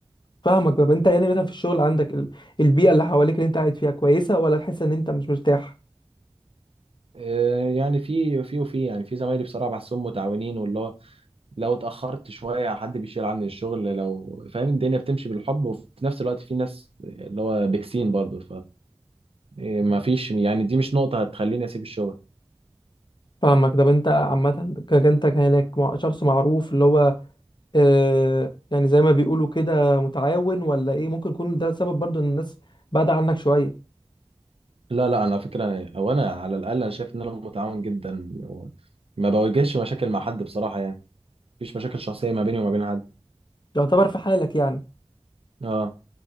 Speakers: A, on the left; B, on the right.
A: فاهمك طب انت يعني مثلا في الشغل عندك ال... البيئه اللي حواليك اللي انت قاعد فيها كويسه ولا تحس ان انت مش مرتاح
B: آه، يعني في في وفي يعني في زمايلي بصراحه بحسهم متعاونين واللي هو لو اتاخرت شويه حد بيشيل عني الشغل لو فاهم الدنيا بتمشي بالحب وفي نفس الوقت في ناس اللي هو بيكسين برضه إيه، ما فيش يعني دي مش نقطة هتخليني أسيب الشغل
A: فاهمك طب انت عامة ك- انت كانك مع- شخص معروف اللي هو آه يعني زي ما بيقولوا كده متعاون ولا ايه ممكن يكون ده سبب برضو ان الناس بعد عنك شوية
B: لا لا أنا على فكرة أو أنا على الأقل أنا شايف إن أنا متعاون جدا و- ما بواجهش مشاكل مع حد بصراحة يعني مفيش مشاكل شخصية ما بيني وما بين حد
A: يعتبر في حالك يعني
B: أه